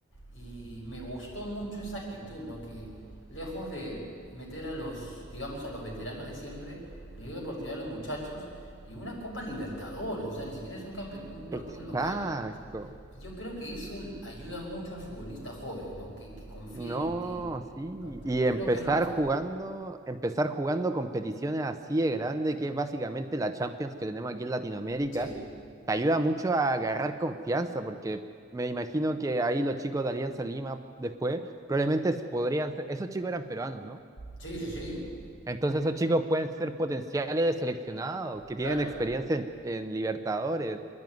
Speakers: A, on the left; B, on the right.
A: Y me gustó mucho esa actitud, ¿no? Que lejos de meter a los, digamos, a los veteranos de siempre, le dio la oportunidad a los muchachos y una Copa Libertadores, o sea, ni siquiera es un, campe- un partido
B: Exacto.
A: local. Entonces, y yo creo que eso ayuda mucho al futbolista joven, ¿no? Que, que confíen
B: No,
A: en ti,
B: sí.
A: ¿no? Entonces,
B: Y
A: yo
B: empezar
A: creo que es lo que falta.
B: jugando, empezar jugando competiciones así de grande, que es básicamente la Champions que tenemos aquí en Latinoamérica,
A: Sí,
B: te ayuda mucho a agarrar confianza, porque me imagino que ahí los chicos de Alianza Lima después probablemente podrían ser, esos chicos eran peruanos, ¿no?
A: sí, sí, sí,
B: Entonces esos chicos pueden ser potenciales seleccionados, que
A: claro.
B: tienen experiencia en, en Libertadores.